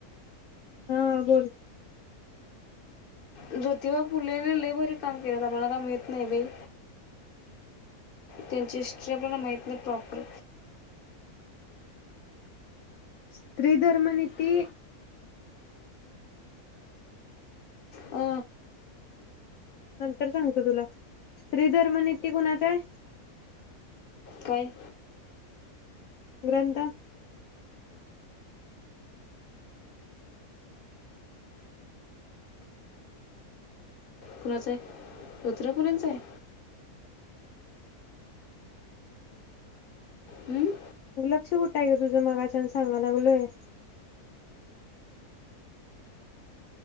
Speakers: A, on the left (about 70°); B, on the left (about 40°).
A: हा बोल.
B: ज्योतिबा फुले लय भारी काम केलेत बाई ती मला काय माहित नाही बाई. त्यांची हिस्ट्री आपल्याला माहित नाही प्रॉपर
A: स्त्री धर्मनिती.
B: अ
A: नंतर सांगतो तुला स्त्रीधर्म निती कुणाचा आहे.
B: काय?
A: ग्रंथ.
B: कुणाचं आहे? स्त्रोत्र कुणाच आहे? हम्म.
A: लक्ष कुठं आहे काग तुझं मगाच्यान सांगाय लागलोय.